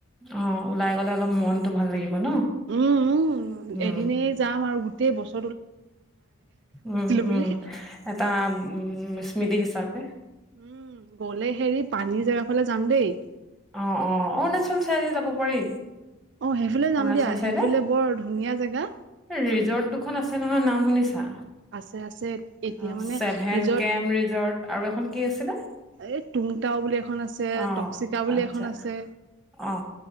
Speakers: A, in the centre; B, on the right.
A: অ ওলাই গ'লে অলপ মনতটো ভাল লাগিব। ন
B: উম উম
A: উম,
B: এদিনে যাম আৰু গোটেই বছৰ।
A: উম
B: বুলি
A: উম এটা উ স্মৃতি হিচাপে।
B: উম গ'লে হেৰি পানীৰ জেগা ফালে যাম দেই।
A: অ অ অৰুণাচল চাইডে যাব পাৰি।
B: অ সেইফালে যাম
A: অৰুণাচল
B: দিয়া
A: চাইডে
B: সেইফালে বৰ ধুনীয়া জেগা।
A: ৰিজৰ্ট দুখন আছে নহয় নাম শুনিছা।
B: আছে আছে এতিয়া
A: অ
B: মানে
A: ছেভেন
B: ৰিজৰ্ট
A: কেম ৰিজৰ্ট আৰু এখন কি আছিলে?
B: এই তুংতাও বুলি এখন আছে
A: অ
B: টক্সিকা বুলি
A: আচ্ছা
B: এখন আছে।
A: অ